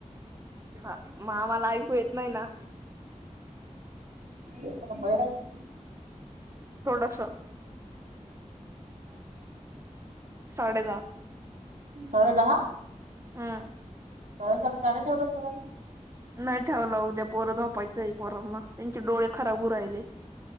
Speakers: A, on the right (about 25°); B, on the right (about 85°).
A: ह मग आम्हाला ऐकू येत नाही ना
B: ते पण बाहेर आहे
A: थोडासा साडे दहा
B: साडे दहा
A: ह
B: साडे सात का नाही ठेवला सरानी
A: नाही ठेवलं उद्या पोरझोपायच आहे पोरांना त्यांचे डोळे खराब राहिले